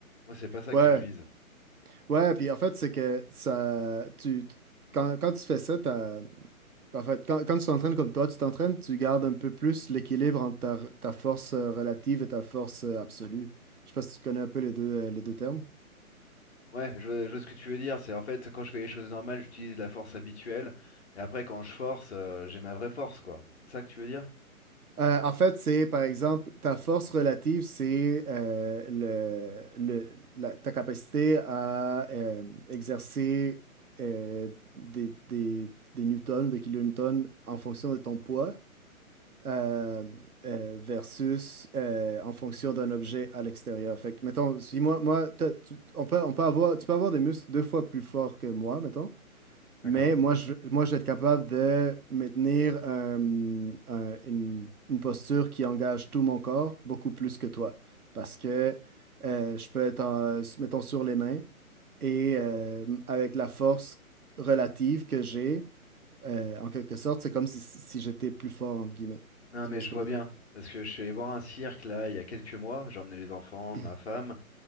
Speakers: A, on the left; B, on the right.
A: Moi, c'est pas ça
B: Ouais,
A: que je vise.
B: ouais, puis en fait, c'est que ça, tu, tu- quand, quand tu fais ça, t'as- en fait, quand, quand tu t'entraînes comme toi, tu t'entraînes, tu gardes un peu plus l'équilibre entre ta, ta force euh, relative et ta force euh, absolue. Je sais pas si tu connais un peu les deux, euh, les deux termes.
A: Ouais, je, vois je vois ce que tu veux dire. C'est en fait, quand je fais les choses normales, j'utilise la force habituelle. Et après, quand je force, euh, j'ai ma vraie force, quoi. C'est ça que tu veux dire?
B: Euh, en fait, c'est par exemple, ta force relative, c'est euh, le, le- la- ta capacité à euh, exercer euh, des, des, des newtons ou des kilonewtons en fonction de ton poids euh, euh, versus euh, en fonction d'un objet à l'extérieur. Fait que, mettons, si moi, moi t'as- tu, on peut, on peut avoir, tu peux avoir des muscles deux fois plus forts que moi, mettons,
A: D'accord.
B: mais moi, je, moi, je vais être capable de maintenir euh, un- une, une posture qui engage tout mon corps beaucoup plus que toi. Parce que euh, je peux être, en- mettons, sur les mains et euh, avec la force relative que j'ai, euh, en quelque sorte, c'est comme si, si j'étais plus fort, entre guillemets.
A: Non,
B: Tu
A: mais
B: vois
A: je
B: ce que
A: vois
B: je veux
A: bien.
B: dire?
A: Parce que je suis allé voir un cirque, là, il y a quelques mois. J'ai emmené les enfants,
B: <clears throat>
A: ma femme.